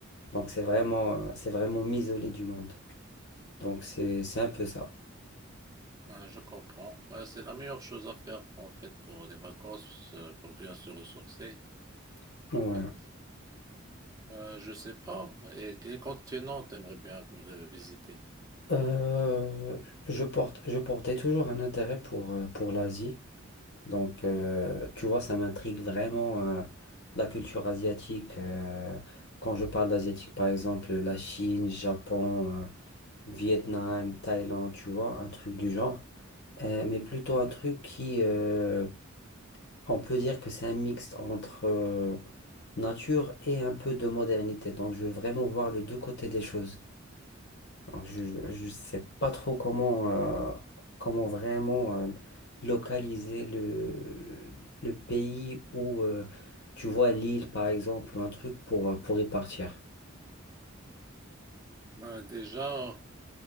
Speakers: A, on the left; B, on the right.
A: Donc, c'est vraiment, euh, c'est vraiment m'isoler du monde. Donc, c'est, c'est un peu ça.
B: Ouais, je comprends. Ouais, c'est la meilleure chose à faire en fait pour les vacances, euh, pour bien se ressourcer.
A: Ouais.
B: En fait, Bah, je sais pas. Et quel continent t'aimerais bien euh, visiter?
A: Euh, je porte, je portais toujours un intérêt pour, euh, pour l'Asie. Donc, euh, tu vois, ça m'intrigue vraiment euh, la culture asiatique. euh, quand je parle d'asiatique, par exemple, la Chine, Japon, euh, Vietnam, Thaïlande, tu vois, un truc du genre. Euh, mais plutôt un truc qui, euh, on peut dire que c'est un mix entre euh, nature et un peu de modernité. Donc, je veux vraiment voir les deux côtés des choses. Alors, je
B: Ouais.
A: ne sais pas trop comment, euh, comment vraiment euh, localiser le, le pays où euh, tu vois l'île, par exemple, ou un truc pour, euh, pour y partir.
B: Bah, déjà,